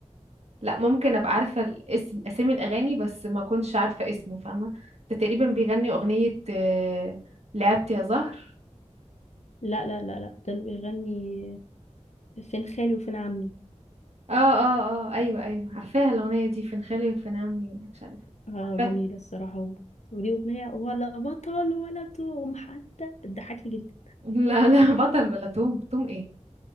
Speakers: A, on the right; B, on the left.
A: لا ممكن ابقى عارفه الاسم اسامي الاغاني بس ما كنتش عارفه اسمه فاهمه ده تقريبا بيغني اغنيه آه، لعبت يا زهر
B: لا لا لا لا ده اللي بيغني فين خالي وفين عمي
A: اه اه اه ايوه ايوه عارفاها الاغنيه دي فين خالي وفين عمي مش عارفه إيه.
B: اه
A: عارفاها
B: جميلة الصراحة هو وليه أغنية ولا بطل ولا توم حتى بتضحكني جدا
A: لا لا بطل ولا توم توم ايه